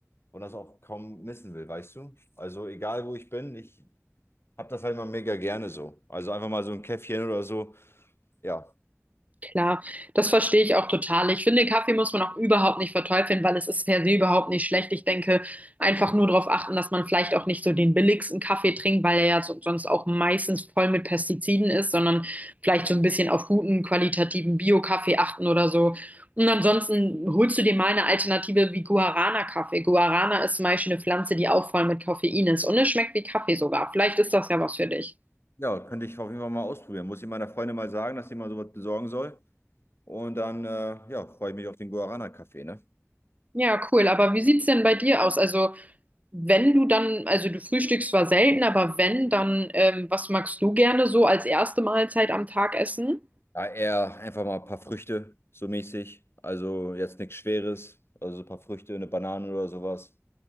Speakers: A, on the left (about 50°); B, on the right (about 30°).
A: und das auch kaum missen will, weißt du? Also egal, wo ich bin, ich habe das halt immer mega gerne so. Also einfach mal so ein Käffchen oder so. Ja,
B: Klar, das verstehe ich auch total. Ich finde, Kaffee muss man auch überhaupt nicht verteufeln, weil es ist per se überhaupt nicht schlecht. Ich denke, einfach nur darauf achten, dass man vielleicht auch nicht so den billigsten Kaffee trinkt, weil er ja so, sonst auch meistens voll mit Pestiziden ist, sondern vielleicht so ein bisschen auf guten, qualitativen Bio-Kaffee achten oder so. Und ansonsten holst du dir mal eine Alternative wie Guarana-Kaffee. Guarana ist zum Beispiel eine Pflanze, die auch voll mit Koffein ist und es schmeckt wie Kaffee sogar. Vielleicht ist das ja was für dich.
A: ja, könnte ich auf jeden Fall mal ausprobieren. Muss ich meiner Freundin mal sagen, dass sie mal sowas besorgen soll. Und dann, äh, ja, freue ich mich auf den Guarana-Kaffee, ne?
B: Ja, cool. Aber wie sieht's denn bei dir aus? Also Wenn du dann, also du frühstückst zwar selten, aber wenn, dann ähm, was magst du gerne so als erste Mahlzeit am Tag essen?
A: Ja, eher einfach mal ein paar Früchte, so mäßig. Also jetzt nichts Schweres, also so ein paar Früchte, eine Banane oder sowas.